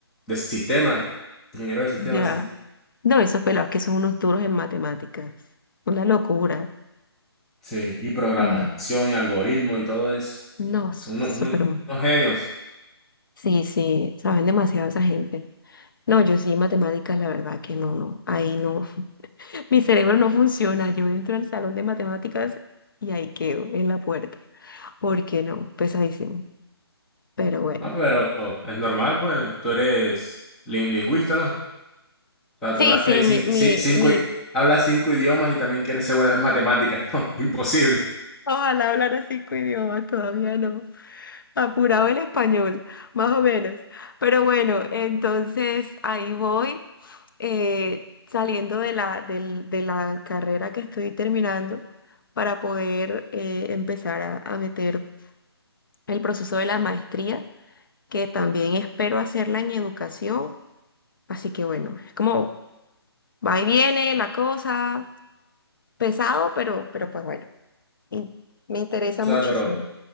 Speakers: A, in the centre; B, on the left (about 50°).
A: de sistema, ingeniero de sistema,
B: Ya.
A: sí.
B: No, esos pelados que son unos duros en matemáticas. Una locura.
A: Sí, y programación
B: Mm.
A: y algoritmo y todo eso.
B: No, súper.
A: Son unos, unos- unos genios.
B: Sí, sí, saben demasiado esa gente. No, yo sí, matemáticas, la verdad que no, no. Ahí no. <laughs> Mi cerebro no funciona. Yo entro al salón de matemáticas y ahí quedo en la puerta. ¿Por qué no? Pesadísimo. Pero bueno.
A: Ah, pero es normal, pues, tú eres lin- lingüista, ¿no? O sea, tú
B: Sí,
A: hablas
B: sí,
A: que hay cin-
B: mi, mi,
A: ci- cinco,
B: mi.
A: i- hablas cinco idiomas y también quieres ser buena en matemáticas, <laughs> ¿no? Imposible.
B: Ojalá hablar cinco idiomas, todavía no. Apurado el español, más o menos. Pero bueno, entonces ahí voy, eh, saliendo de la, del- de la carrera que estoy terminando para poder eh, empezar a, a meter el proceso de la maestría, que también espero hacerla en educación. Así que bueno, es como va y viene la cosa, pesado, pero, pero pues bueno, in- me interesa
A: O sea,
B: muchísimo.
A: pero...